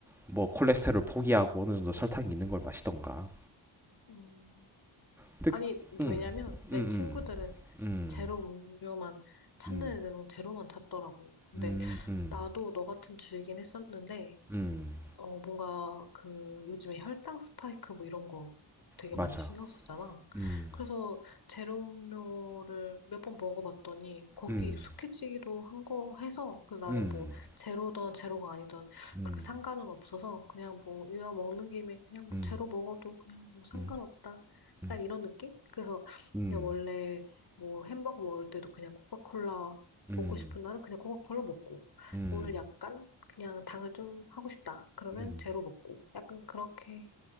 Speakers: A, in the centre; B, on the left.
A: 뭐 콜레스테롤 포기하고 어느 정도 설탕이 있는 걸 마시던가.
B: 음.
A: 근데
B: 아니,
A: 음,
B: 왜냐면 내
A: 음,
B: 친구들은
A: 음. 음,
B: 제로 음료만 찾는
A: 음,
B: 애들은 제로만 찾더라고. 근데
A: 음, 음,
B: 나도 너 같은 주이긴 했었는데,
A: 음,
B: 어, 뭔가 그 요즘에 혈당 스파이크 뭐 이런 거 되게
A: 맞아.
B: 많이 신경 쓰잖아.
A: 음,
B: 그래서 제로 음료를 몇 번 먹어봤더니 거기
A: 음,
B: 익숙해지기도 한 거 해서 그 나는
A: 음,
B: 뭐 제로든 제로가 아니든
A: 음,
B: 그렇게 상관은 없어서 그냥 뭐 이왕 먹는 김에 그냥 뭐
A: 음,
B: 제로 먹어도 그냥 뭐 상관없다.
A: 음, 음,
B: 약간
A: 음,
B: 이런 느낌? 그래서
A: 음,
B: 그냥 원래 뭐 햄버거 먹을 때도 그냥 코카콜라
A: 음,
B: 먹고 싶은 날은 그냥 코카콜라 먹고
A: 음,
B: 오늘 약간 그냥 당을 좀 하고 싶다. 그러면
A: 음.
B: 제로 먹고. 약간 그렇게